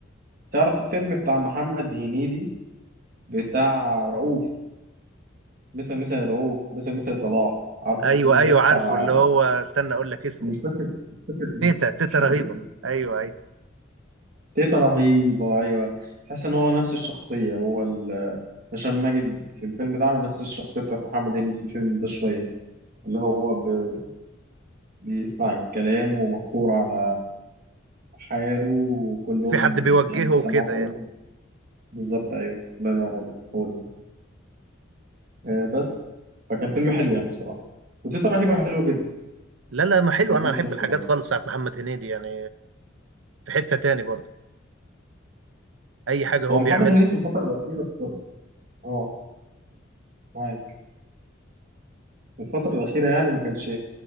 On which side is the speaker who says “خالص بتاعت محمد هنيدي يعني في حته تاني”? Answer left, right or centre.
Right